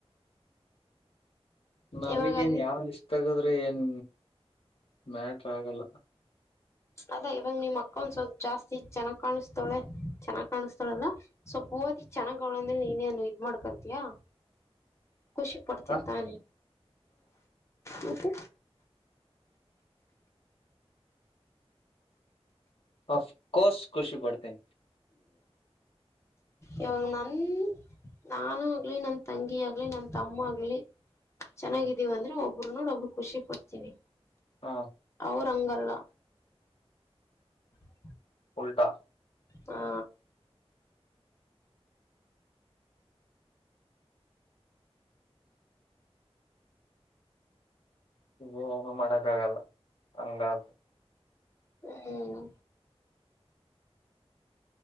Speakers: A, on the left (about 60°); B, on the left (about 25°).
A: ನಮಗೇನ್
B: ಇವಾಗ ನೀ
A: ಯಾರ್ ಇಷ್ಟ ತಗದ್ರೆ ಏನ್ ಮ್ಯಾಟ್ರ ಆಗಲ್ಲ
B: ಅದಾ ಇವಾಗ ನಿಮ್ ಅಕ್ಕ ಒಂದ ಸ್ವಲ್ಪ ಜಾಸ್ತಿ ಚೆನ್ನಾಗ್ ಕಾಣಿಸ್ತಾಳೆ ಚೆನ್ನಾಗ್ ಕಾಣಿಸ್ತಾಳಲ್ಲ ಸ್ವಲ್ಪ ಓತಿ ಚೆನ್ನಾಗ್ ಅವ್ಳ ಅಂದ್ರೆ ನೀನೇನು ಇದ್ ಮಾಡ್ಕೊತಯಾ ಖುಷಿ ಪಡ್ತ
A: ಹ
B: ತಾನೆ ಮತ್ತೆ
A: ಅಫ್ಕೋರ್ಸ್ ಖುಷಿ ಪಡ್ತನೆ
B: ಇವಂಗ ನನ್ ನಾನು ಆಗ್ಲಿ ನನ್ ತಂಗಿ ಆಗ್ಲಿ ನನ್ ತಮ್ಮ ಆಗ್ಲಿ ಚೆನ್ನಾಗಿದೀವ
A: ಹ್ಮ್
B: ಅಂದ್ರೆ ಒಬರು ನೋಡ್ ಒ್ರ ಖುಷಿ ಪಡ್ತೀವಿ
A: ಹ
B: ಅವ್ರ ಹಂಗಲ್ಲ ಹ <unintelligible>
A: ಉಲ್ಟಾ
B: ಹಾ
A: ಈ ಏನ ಮಾಡಕ್ಕ ಆಗಲ್ಲ ಹಂಗಾದ
B: ಹ್ಮ್